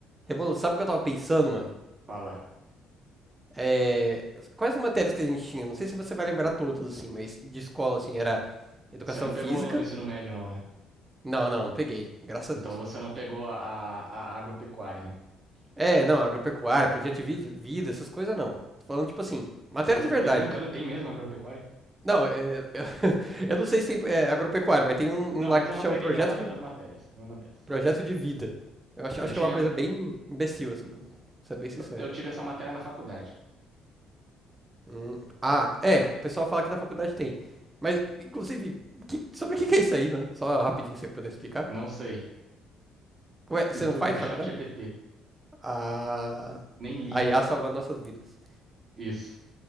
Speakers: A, on the right; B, on the right.
A: Rebolo, sabe o que eu tava pensando, mano?
B: Fala.
A: É, Quais as matérias que a gente tinha? Não sei se você vai lembrar todas, assim, mas de escola, assim, era educação
B: Você não pegou
A: física.
B: o novo ensino médio, não, né?
A: Não, não, não peguei. Graças a
B: Então
A: Deus.
B: você não pegou a, a, a agropecuária, né?
A: É, não, agropecuária, projeto de vida, vida, essas coisas não. Tô falando, tipo assim, matéria
B: Nossa,
A: de
B: eu
A: verdade,
B: falei brincando,
A: né?
B: tem mesmo agropecuária?
A: Não, é, <laughs> eu não sei se tem é, agropecuária, mas tem um,
B: Não,
A: um lá
B: mas
A: que
B: eu não
A: chama
B: peguei
A: projeto
B: nenhuma dessas
A: de,
B: matérias. Nenhuma dessas.
A: projeto de vida. Eu acho,
B: Eu
A: acho
B: tinha.
A: que é uma coisa bem imbecil, assim, sendo bem sincero.
B: Eu tive essa matéria na faculdade.
A: Hum, ah, é, o pessoal fala que na faculdade tem. Mas, inclusive, que- sobre o que que é isso aí, mano? Só rapidinho, se você puder explicar.
B: Não sei.
A: Ué,
B: Fiz
A: você não
B: tudo
A: faz
B: com o chat
A: faculdade?
B: GPT.
A: Ah,
B: Nem li.
A: a IA salvando nossas vidas.
B: Isso.